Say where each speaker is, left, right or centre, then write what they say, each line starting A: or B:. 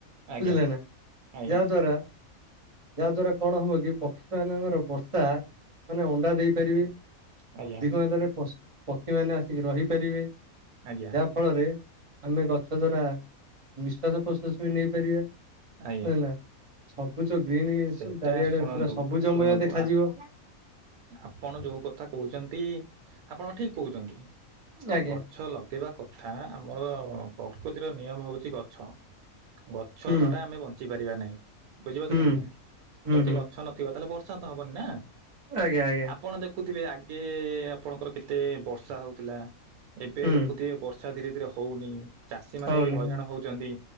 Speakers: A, on the right (about 80°); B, on the right (about 30°).
A: ଆଜ୍ଞା
B: ବୁଝିଲେନା
A: ଆଜ୍ଞା
B: ଯାହା ଦ୍ୱାରା ଯାହା ଦ୍ଵାରା କଣ ହବ କି ପକ୍ଷୀ ମାନଙ୍କର ବସା ମାନେ ଅଣ୍ଡା ଦେଇ ପାରିବେ
A: ଆଜ୍ଞା
B: ଅଧିକ ମାତ୍ରାରେ ପ ପକ୍ଷୀ ମାନେ ଆସି ରହିପାରିବେ
A: ଆଜ୍ଞା
B: ଯା ଫଳରେ ଆମେ ଗଛ ଦ୍ଵାରା ନିଶ୍ଵାସ ପ୍ରଶ୍ୱାସ ବି ନେଇପାରିବା।
A: ଆଜ୍ଞା।
B: ବୁଝିଲେନା ସବୁଜ ଗ୍ରୀନ୍
A: ସେଇଟା
B: ଚାରିଆଡେ
A: ଶୁଣନ୍ତୁ
B: ପୁରା ସବୁଜମୟ
A: ଶୁଣନ୍ତୁ
B: ଦେଖାଯିବ।
A: ଆପଣ ଯୋଉ କଥା କହୁଛନ୍ତି ଆପଣ ଠିକ୍ କହୁଛନ୍ତି
B: ଆଜ୍ଞା
A: ଗଛ ଲଗେଇବା କଥା ଆମର ପ୍ରକୃତିର ନିୟମ ହଉଛି ଗଛ। ଗଛ
B: ହୁଁ
A: ଦ୍ଵାରା ଆମେ ବଞ୍ଚି ପାରିବା ନାହିଁ ବୁଝିପାରୁଛନ୍ତି
B: ହୁଁ
A: ନା ନାଇଁ
B: ହୁଁ
A: ଯଦି
B: ହୁଁ
A: ଗ ଛ ନ ଥିବ ତାହେଲେ ବର୍ଷା ତ ହବନି ନା।
B: ଆଜ୍ଞା ଆଜ୍ଞା।
A: ଆପଣ ଦେଖୁଥିବେ ଆଗେ ଆପଣଙ୍କର କେତେ ବର୍ଷା ହଉଥିଲା ଏବେ
B: ହୁଁ
A: ଦେଖୁଥିବେ ବର୍ଷା ର୍ଷା ଧୀରେ ଧୀରେ ହଉନି। ଚାଷୀ ମାନେ
B: ହଉନି
A: ବି ହଇରାଣ
B: ହଉ
A: ହଉଛନ୍ତି,